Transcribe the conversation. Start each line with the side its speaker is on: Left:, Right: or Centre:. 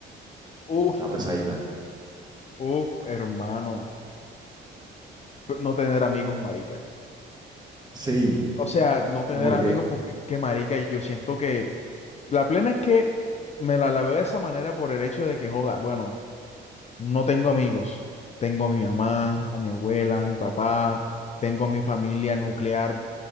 Left: uf,
Right: Está pesadita.
Left: uf, hermano. No tener amigos, marica.
Right: Sí.
Left: O sea, no tener
Right: ¿Y por
Left: amigos
Right: qué?
Left: porque es que, marica, yo siento que La plena es que me la, la veo de esa manera por el hecho de que, joda, bueno, no tengo amigos. Tengo a mi mamá, a mi abuela, a mi papá, tengo a mi familia nuclear